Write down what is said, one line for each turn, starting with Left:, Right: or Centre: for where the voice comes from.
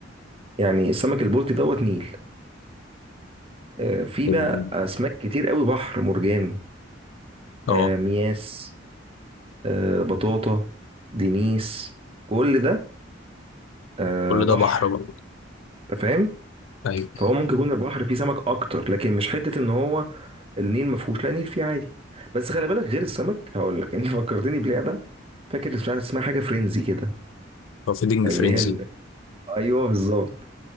Right: يعني السمك البلطي دوت نيل آه، في
Left: ال-
Right: بقى اسماك كتير قوي بحر مرجان
Left: اه
Right: آه، مياس آه، بطاطا دينيس كل ده آه،
Left: كل
Right: بحر
Left: ده بحر بقى
Right: انت فاهم
Left: ايوه
Right: فهو ممكن يكون البحر فيه سمك اكتر لكن مش حته ان هو النيل ما فيهوش لا النيل فيه عادي بس خلي بالك غير السمك هقول لك <laughs> انت فكرتني بلعبه فاكر بتاع- اسمها حاجه فرينزي كده
Left: فيدنج
Right: اللي
Left: فرينزي
Right: هي ال... ايوه بالظبط